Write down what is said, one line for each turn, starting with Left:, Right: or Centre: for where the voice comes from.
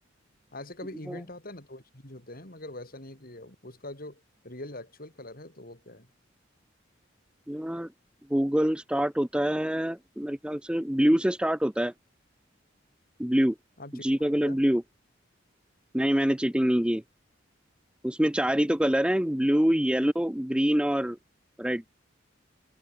Left: ऐसे कभी
Centre: क्या
Left: इवेंट आता है ना तो वो चेंज होते हैं मगर वैसा नहीं कि उसका जो रियल एक्चुअल कलर है तो वो क्या है
Centre: यार गूगल स्टार्ट होता है मेरे ख्याल से ब्लू से स्टार्ट होता है ब्लू
Left: आप चीटिंग
Centre: जी का कलर
Left: क्या
Centre: ब्लू नहीं मैंने चीटिंग नहीं की उसमें चार ही तो कलर हैं ब्लू येलो ग्रीन और रेड